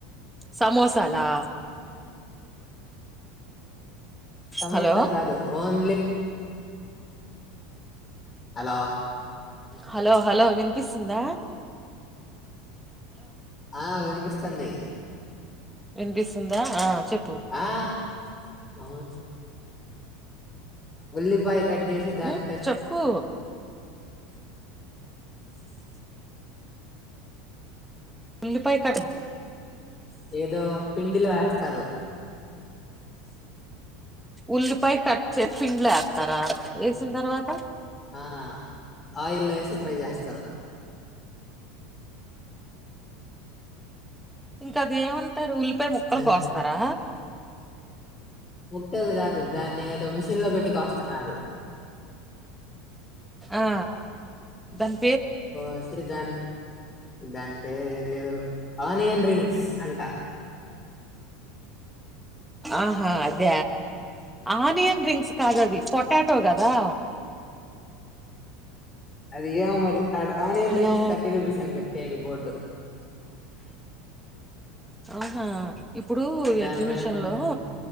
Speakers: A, in the centre; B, on the left (about 25°).
A: సమోసాలా
B: సమోసా
A: హలో
B: కాదు ఓన్లీ హలో
A: హలో హలో విన్పిస్తుందా
B: ఆ వినిపిస్తుంది
A: విన్పిస్తుందా ఆ చెప్పు
B: ఆ అ ఉల్లిపాయ కట్ చేసి దాంట్లో
A: ఉ చొప్పు ఉల్లిపాయ కారం
B: ఏదో పిండిలో యాస్తరు
A: ఉల్లిపాయ కట్ చేసి పిండ్లో యత్తర వేసిన తర్వాత
B: ఆ ఆయిల్ ఎసి ఫ్రై చేస్తరు
A: ఇంకా అది ఏమంటారు ఉల్లి ముప్పై ముక్కలు
B: అం
A: కోస్తరా
B: ముతలు కాదు దాన్ని ఏదో మిషన్ లో పెట్టి కోస్తన్నారు
A: ఆ దన్
B: కోసిరీ దాన్ దాని పేరు ఏం లేదు ఆనియన్ డ్రింక్స్ అంట
A: ఆహా అద ఆనియన్ డ్రింక్స్కి కాదది పొటాటో గదా
B: అదిగా మరి onion
A: hello
B: rings thirty rupees అని పెట్టాడు బోర్డు
A: అవునా ఇప్పుడు
B: దానిపైన
A: ఎగ్జిబిషన్
B: కొంచెం
A: లో